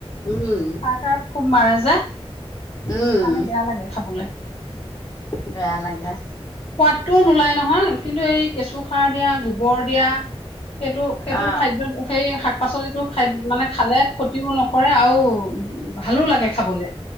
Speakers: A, on the left; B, on the left.
A: উম
B: কাৰ কাৰ খুব মাৰে যে।
A: উম,
B: সেইকাৰণে বেয়া লাগে খাবলৈ।
A: বেয়া লাগে।
B: সোৱাদটোও নোলায় নহয়, কিন্তু এই কেঁচু সাৰ দিয়া, গো গোবৰ দিয়া, সেইটো, সেইটো
A: অ
B: খাদ্যত সেই শাক পাচলিতোক খাই মানে, খালে ক্ষতিও নকৰে আৰু উ, ভালো লাগে খাবলে।